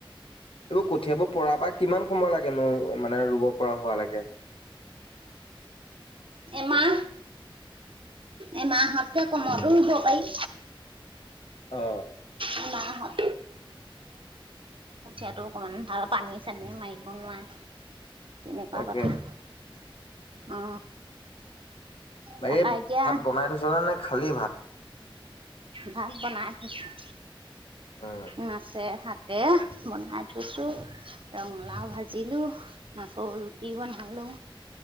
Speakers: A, on the left (about 85°); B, on the right (about 70°).
A: এইবোৰ কঠিয়াব পৰা পৰা কিমান? সময় লাগে নোৰ মানে ৰুব পৰা হোৱা লৈকে
B: এমাহ এ মাহঁতকে কমতো ৰুব পাৰি।
A: অ।
B: এই মাহঁত ভাল হ কঠিয়াতটো অকমান ভাল পানী। চানীয়ে মাৰিব নোৱাৰে তেনেকুৱা
A: তাকে
B: কথা। অ। তাৰপা
A: এই
B: এতিয়া
A: ভাত বনাই থৈছ ন নে খালী ভাত?
B: ভাত বনাই থৈছোঁ
A: উম
B: মাছে শাক। তাকে বনাই থৈছো। ৰঙালাও ভাজিলো আকৌ ৰুটি বনালো।